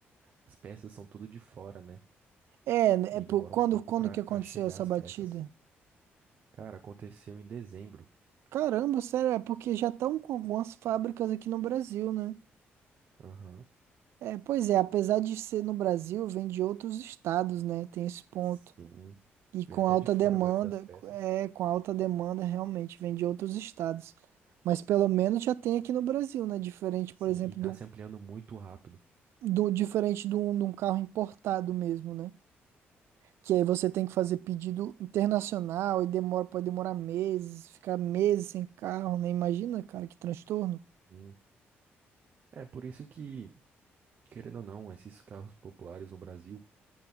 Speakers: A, on the right; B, on the right.
A: As peças são tudo de fora, né?
B: É,
A: E
B: é por-
A: demora
B: quando,
A: um pouco
B: quando
A: pra,
B: que aconteceu
A: pra chegar
B: essa
A: as
B: batida?
A: peças. Cara, aconteceu em dezembro.
B: Caramba, sério, é porque já estão com algumas fábricas aqui no Brasil, né?
A: Aham.
B: É, pois é, apesar de ser no Brasil, vem de outros estados, né? Tem esse ponto.
A: Sim.
B: E com
A: E até
B: alta
A: de fora
B: demanda,
A: a maioria das peças.
B: é, com alta demanda realmente vem de outros estados. Mas pelo menos já tem aqui no Brasil, né? Diferente,
A: Sim,
B: por exemplo,
A: e tá
B: do,
A: se ampliando muito rápido.
B: do diferente de um, de um carro importado mesmo, né? Que aí você tem que fazer pedido internacional e demora, pode demorar meses, ficar meses sem carro, né? Imagina, cara, que transtorno.
A: Hum. É por isso que, querendo ou não, esses carros populares no Brasil,